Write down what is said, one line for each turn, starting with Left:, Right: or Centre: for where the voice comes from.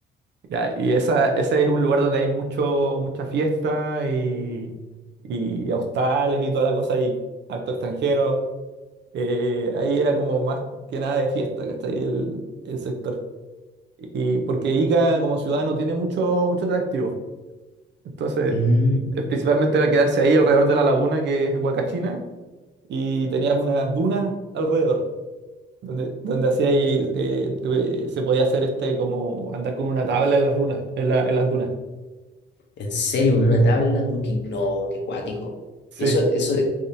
Right: Ya, y esa, ese es un lugar donde hay mucho, mucha fiesta y, y hostales y toda la cosa y acto extranjero. Eh, ahí era como más que nada de fiesta, ¿cachai? El, el sector. Y porque Ica como ciudad no tiene mucho, mucho atractivo. Entonces,
Left: Mm,
Right: eh, principalmente era quedarse ahí alrededor de la laguna que es Huacachina y tenías unas dunas alrededor, donde, donde hacía ahí, eh, tu- eh, se podía hacer este como andar con una tabla en las runas, en la- en las dunas.
Left: ¿en serio? ¿En una tabla? dura qué- No, qué cuático.
Right: Sí,
Left: Eso, eso de,